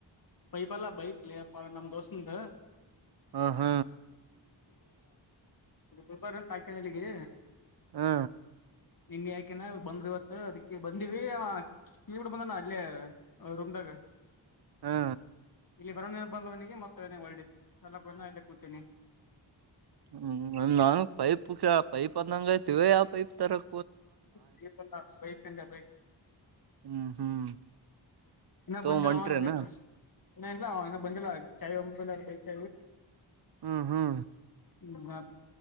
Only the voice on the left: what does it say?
ಪೈಪಲ್ಲಾ ಬೈಕ್ಲ್ಲಿಪ್ಪ ನಮ್ಮ್ ದೋಸ್ೆ್ದ
ಅದುಾರ ಅಂತ ಹಾಕ ಹೇಳಿಗೆ
ನಿನ್ ಯಾಕೆನಾ ಬಂದ್ ಇವತ್ತು ಅದಕ್ಕೆ ಬಂದಿವವಿ ಕ ಬಂದಾನ ಅಲ್ಲಿೇ ರೂಮ್ದಾಗ
ಬರವ ಬಂದವನಿಗೆ ಮತ್ತ ಒಳ್ಳಲ ಕೂತೇನಿ
ಸ್ೈಲ್ಲ ಸ್ೈಫ ಬೈ
ಇನ್ನ
ಬಂದಿಲ್ಲ
ಅವ ಇ ಇ ಇಲ್ಲ ಅವ ಇನ್ನ ಬಂದಿಲ್ಲ ಚಾಯ ಒಂಬಲ್ಲ ಬೈ ಚ
ಹ್ಮ ಮತ್